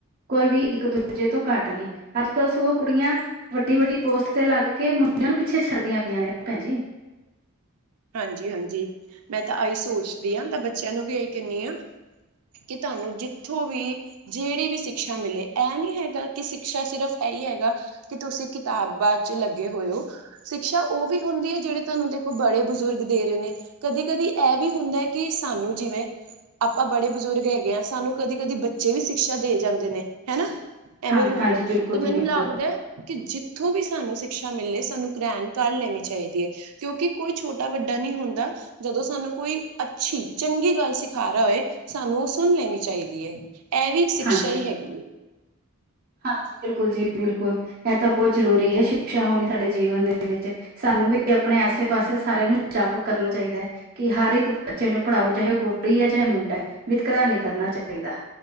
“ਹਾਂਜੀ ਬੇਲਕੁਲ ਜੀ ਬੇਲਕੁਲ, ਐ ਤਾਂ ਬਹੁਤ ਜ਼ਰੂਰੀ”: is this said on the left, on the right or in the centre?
Right